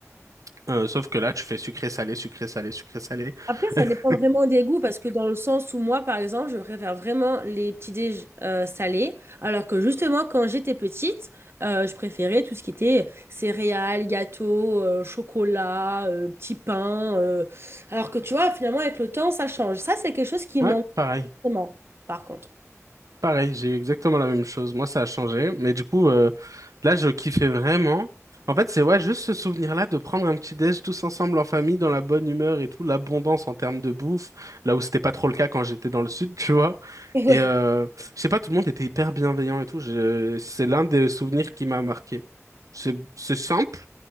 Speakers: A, on the right; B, on the right.
A: Euh, sauf que là, tu fais sucré salé, sucré salé, sucré salé.
B: Après, ça
A: <laughs>
B: dépend vraiment des goûts parce que dans le sens où moi, par exemple, je préfère vraiment les petits déj euh, salés, alors que justement, quand j'étais petite, euh, je préférais tout ce qui était céréales, gâteaux, euh, chocolat, euh, petits pains. euh. Alors que tu vois, finalement, avec le temps, ça change. Ça, c'est quelque chose qui me
A: Ouais,
B: manque
A: pareil.
B: vraiment, par contre.
A: Pareil, j'ai eu exactement la même chose. Moi, ça a changé. Mais du coup, euh, là, je kiffais vraiment. En fait, c'est ouais, juste ce souvenir-là de prendre un petit déj tous ensemble en famille, dans la bonne humeur et tout, l'abondance en termes de bouffe, là où c'était pas trop le cas quand j'étais dans le sud, <laughs> tu vois.
B: <laughs> Et Ouais.
A: Et euh, je sais pas, tout le monde était hyper bienveillant et tout. Je... C'est l'un des souvenirs qui m'a marqué. C'est c'est simple,